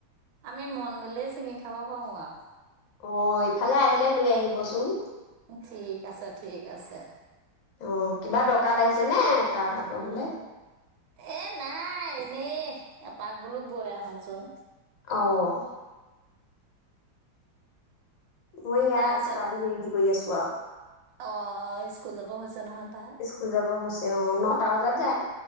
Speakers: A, on the right; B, on the left.
A: আমি মন গ'লে ছিঙি খাব পাৰো আৰু
B: অ ইফালে আহিলে লৈ আহিবচোন
A: ঠিক আছে, ঠিক আছে।
B: অ কিবা দৰকাৰ আহিছে নে তাপাত হলে
A: এ নাই এ এপাক বোলো গৈ আহোচোন
B: অহ মই ইয়া
A: তাৰপিছত
B: ছোৱালী হেৰিদি কৰি আছো কোৱা
A: অ অ স্কুল যাব হৈছে নহয় তাৰ
B: স্কুল যাব হৈছে নটা বজাত যায়